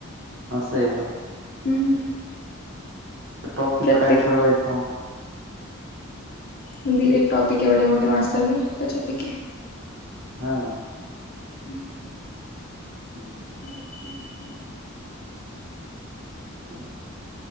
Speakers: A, on the right; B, on the left.
A: असंय का?
B: हम्म.
A: टॉपिक
B: प्रत्येक
A: काय ठरवायचं मग.
B: दिले एक टॉपिक एवढ्या मोठ्या मास्तरनी त्याच्यापैकी.
A: हा
B: हम्म.
A: हम्म.
B: <unintelligible>
A: हम्म